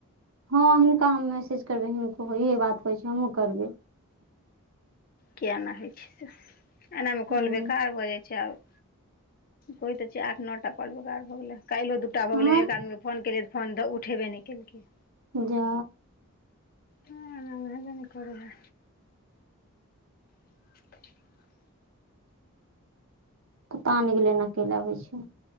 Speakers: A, on the right; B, on the left.
A: हँ हुनका हम मैसेज करबै हुनको यह बात होइ छै हमहुूँ करबै
B: किए एना होइ छै से एनामे
A: हूँ
B: काॅल बेकार भऽ जाइ छै आब करय त छियै आठ नओटा काॅल बेकार भ गेलै काल्हिओ दूटा भऽ
A: हँ
B: गेलै एक आदमी के फोन केलियै त फोन त उठेबे नहि केलकै
A: जा
B: हॅं एना मे हेबे नय करय हइ <inaudible>
A: पता नय गेले एना कैला होइ छै